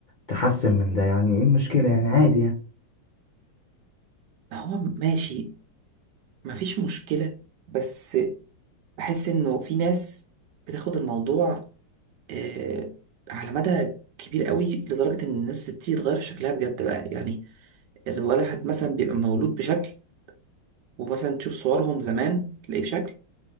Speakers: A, on the left; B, on the right.
A: تحسن من ده يعني ايه المشكلة يعني عادي يعني
B: هو ماشي مفيش مشكله بس بحس انه في ناس بتاخد الموضوع آه، على مدى كبير قوي لدرجة إن الناس بتبتدي تغير في شكلها بجد بقى يعني الواحد مثلا بيبقى مولود بشكل ومثلا تشوف صورهم زمان تلاقيه بشكل